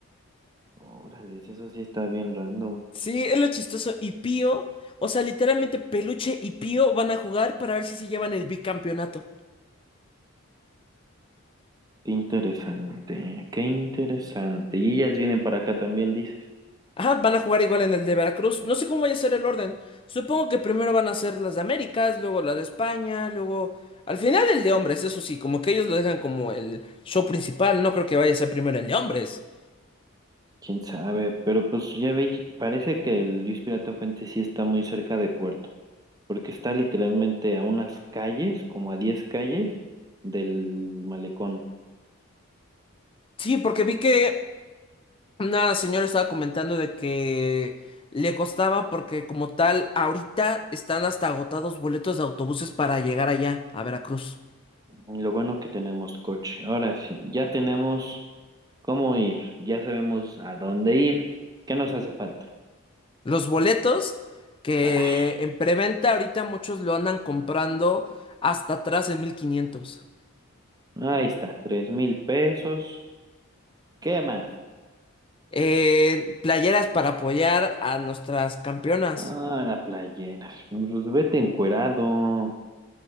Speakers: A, on the right (about 15°); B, on the left (about 25°).
A: Órale, eso sí está bien random.
B: Sí, es lo chistoso. Y Pío, o sea, literalmente Peluche y Pío van a jugar para ver si se llevan el bicampeonato.
A: Qué interesante, qué interesante. Y ellas vienen para acá también, dices.
B: Ajá, van a jugar igual en el de Veracruz. No sé cómo vaya a ser el orden. Supongo que primero van a ser las de Américas, luego las de España, luego... Al final el de hombres, eso sí, como que ellos lo dejan como el show principal. No creo que vaya a ser primero el de hombres.
A: Quién sabe, pero pues ya veis, parece que el Luis Pirata Fuente sí está muy cerca de Puerto, porque está literalmente a unas calles, como a 10 calles del malecón.
B: Sí, porque vi que una señora estaba comentando de que le costaba porque como tal, ahorita están hasta agotados boletos de autobuses para llegar allá, a Veracruz.
A: Lo bueno que tenemos coche. Ahora sí, ya tenemos. ¿Cómo ir? Ya sabemos a dónde ir. ¿Qué nos hace falta?
B: Los boletos que
A: Ah,
B: en preventa ahorita muchos lo andan comprando hasta atrás en 1500.
A: ahí está, tres mil pesos. ¿Qué más?
B: Eh, playeras para apoyar a nuestras campeonas.
A: Ah, la playera. Pues vete encuerado.